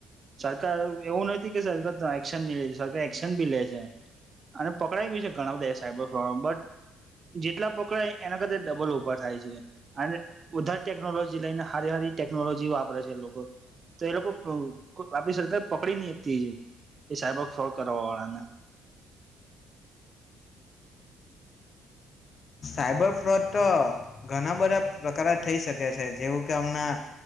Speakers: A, on the right; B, on the left.
A: સરકાર એવું નથી કે સરકાર એક્શન નહી લે સરકાર એક્શન બી લે છે અને પકડાય બી છે ઘણા બધા સાયબર પ્રોબ્લેમ બટ જેટલા પકડાય એના કરતા ડબલ ઉભા થાય છે અને વિધાઉટ ટેકનોલોજી લઈને સારી ટેકનોલોજી વાપરે છે એ એ લોકો આપ સર પકડી નહીં શકતી એ સાયબર ફોડ કરવા વાળાના
B: સાયબર ફ્રોડ તો ઘણા બધા પ્રકાર થઈ શકે છે જેવું કે હમણા